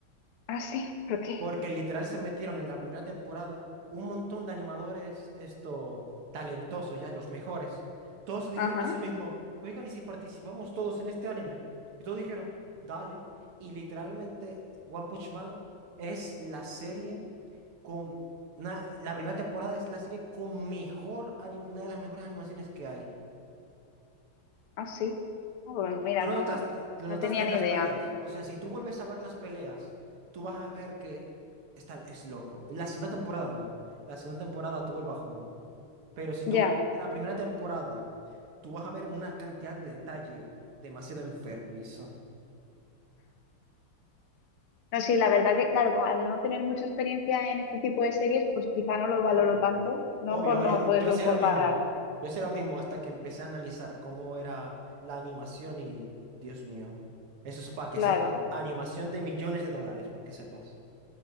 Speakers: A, on the left (about 75°); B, on the right (about 80°).
A: Ah, sí, ¿por qué?
B: Porque literal se metieron en la primera temporada un montón de animadores, esto, talentosos ya, los mejores. Todos se dijeron
A: Ajá,
B: a sí mismos, oigan, ¿y si participamos todos en este anime? Y todos dijeron, dale. Y literalmente One Punch Man es la serie con... na- la primera temporada es la serie con mejor, ani- una de las mejores animaciones que hay.
A: ah, sí. Ah, pues mira,
B: Tú lo
A: no,
B: notaste, lo
A: no
B: notaste
A: tenía
B: en
A: ni
B: las
A: idea.
B: peleas. O sea, si tú vuelves a ver las peleas, tú vas a ver que está, es loco. La segunda temporada no. La segunda temporada tuvo el bajón. Pero si tú
A: Ya.
B: ves la primera temporada, tú vas a ver una cantidad de detalle demasiado enfermizo.
A: No, sí, la verdad que, claro, co- al no tener mucha experiencia en este tipo de series, pues quizá no lo valoro
B: Obvio.
A: tanto, ¿no?
B: Obvio,
A: Por no
B: yo,
A: poderlo
B: yo hacía
A: comparar.
B: lo mismo. Yo hacía lo mismo hasta que empecé a analizar cómo era la animación y, Dios mío, eso es para que
A: Claro,
B: sepas. Animación de millones de dólares, para que sepas.